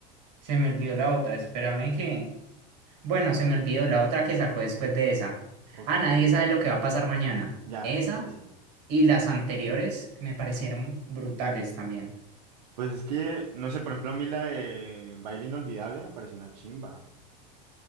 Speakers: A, on the right (about 70°); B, on the right (about 85°).
A: Se me olvidó la otra. Espérame que. Bueno, se me olvidó la otra que sacó después de esa.
B: Ok,
A: Ah, nadie
B: ok.
A: sabe lo que va a pasar mañana.
B: Ya,
A: Esa
B: sí, sí, sí.
A: y las anteriores me parecieron brutales también.
B: Pues es que, no sé, por ejemplo, a mí la de Baile Inolvidable me pareció una chimba.